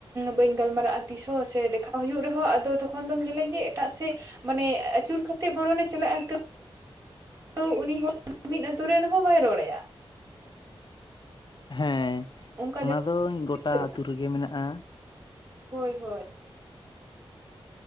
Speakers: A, on the right (about 35°); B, on the left (about 55°).
A: ᱵᱟᱹᱧ ᱜᱟᱞᱢᱟᱨᱟᱜᱼᱟ ᱛᱤᱥᱦᱚᱸ ᱥᱮ ᱫᱮᱠᱷᱟᱣ ᱦᱩᱭᱩᱜ‌ ᱨᱮᱦᱚᱸ ᱟᱫᱚ ᱛᱚᱠᱷᱚᱱ ᱫᱚᱢ ᱧᱮᱞᱟᱭᱟ ᱡᱮ ᱮᱴᱟᱜ ᱥᱮᱫ ᱢᱟᱱᱮ ᱟᱹᱪᱩᱨ ᱠᱟᱛᱮᱫ ᱵᱚᱨᱚᱱᱮ ᱪᱟᱞᱟᱜᱼᱟ ᱛᱚ ᱛᱚ ᱩᱱᱤ ᱦᱚᱲ ᱢᱤᱫ ᱟᱛᱳ ᱨᱮᱦᱚᱸ ᱵᱟᱭ ᱨᱚᱲᱟᱭᱟ
B: ᱦᱮᱸ
A: ᱚᱱᱠᱟ
B: ᱚᱱᱟ
A: ᱡᱟᱹᱥᱛᱤ
B: ᱫᱚ ᱜᱚᱴᱟ ᱟᱛᱳ ᱨᱮᱜᱮ ᱢᱮᱱᱟᱜᱼᱟ
A: ᱦᱳᱭ ᱦᱳᱭ